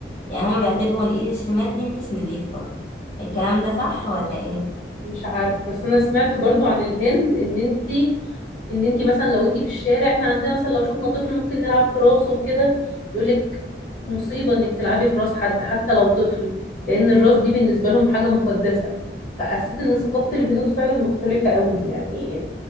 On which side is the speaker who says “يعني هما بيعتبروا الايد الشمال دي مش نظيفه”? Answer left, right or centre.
Left